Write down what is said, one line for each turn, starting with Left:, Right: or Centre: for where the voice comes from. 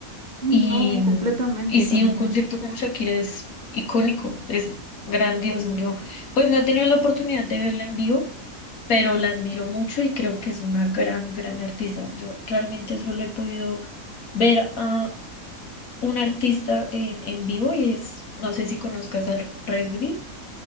Right: Y
Left: Y,
Right: no, completamente
Left: y sí,
Right: también.
Left: un concierto como Shakira es icónico, es grandioso. Yo, pues no he tenido la oportunidad de verla en vivo, pero la admiro mucho y creo que es una gran, gran artista. Yo realmente solo he podido ver a un artista en, en vivo y es, no sé si conozcas a Resby,